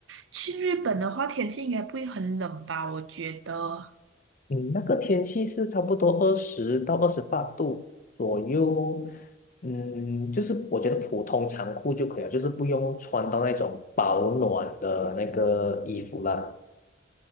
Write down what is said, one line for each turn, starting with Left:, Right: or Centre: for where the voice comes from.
Right: 去日本的话，天气应该不会很冷吧？我觉得，
Left: 嗯，那个天气是差不多二十到二十八度左右，嗯，就是我觉得普通长裤就可以了，就是不用穿到那种保暖的那个衣服啦。